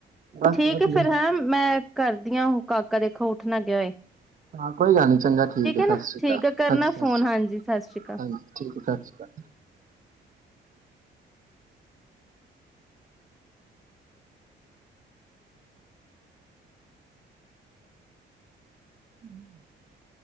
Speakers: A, on the right (about 40°); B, in the centre.
A: ਬਸ
B: ਠੀਕ
A: ਵਧੀਆ
B: ਹੈ ਫਿਰ ਹੈਂ ਮੈਂ ਕਰਦੀਆਂ ਉਹ ਕਾਕਾ ਦੇਖੋ ਉੱਠ ਨਾ ਗਿਆ ਹੋਏ।
A: ਹਾਂ ਕੋਈ ਗੱਲ ਨੀ ਚੰਗਾ ਠੀਕ ਹੈ, ਸਤਿ
B: ਨਾ
A: ਸ੍ਰੀ ਅਕਾਲ
B: ਠੀਕ ਹੈ ਕਰਨਾ
A: ਹਾਂਜੀ ਸਸ
B: ਫੋਨ
A: ਰੀ
B: ਹਾਂਜੀ
A: ਅਕ
B: ਸਤਿ ਸ੍ਰੀ ਅਕਾਲ
A: ਹਾਂਜੀ ਠੀਕ ਸਸਰੀ ਕਾਲ। <unintelligible>